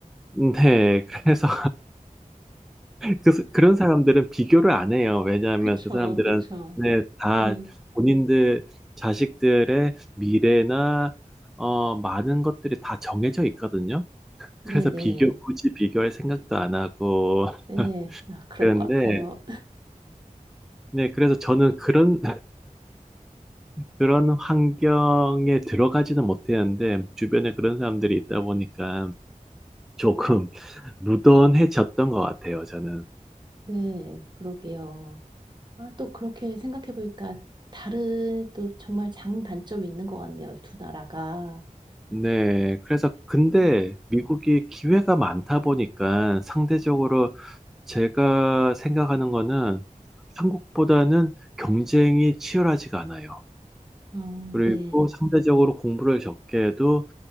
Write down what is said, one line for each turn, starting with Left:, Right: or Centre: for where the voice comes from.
Centre: 네, 그래서 그, 그런 사람들은 비교를 안 해요. 왜냐하면
Right: 그쵸,
Centre: 그 사람들은
Right: 그쵸.
Centre: 네, 다
Right: 네,
Centre: 본인들 자식들의 미래나 어, 많은 것들이 다 정해져 있거든요.
Right: 네네,
Centre: 그래서
Right: 네.
Centre: 비교 굳이 비교할 생각도 안 하고 <laughs>
Right: 네. 아, 그럴
Centre: 그런데
Right: 것 같아요.
Centre: 네, 그래서 저는 그런 그런 환경에 들어가지는 못했는데 주변에 그런 사람들이 있다 보니까 조금 <laughs> 무던해졌던 것 같아요. 저는.
Right: 네, 그러게요. 아, 또 그렇게 생각해 보니까 다른 또 정말 장단점이 있는 것 같네요. 두 나라가.
Centre: 네, 그래서 근데
Right: 음,
Centre: 미국이 기회가 많다 보니까 상대적으로 제가 생각하는 거는 한국보다는 경쟁이 치열하지가 않아요.
Right: 아,
Centre: 그리고
Right: 네.
Centre: 상대적으로 공부를 적게 해도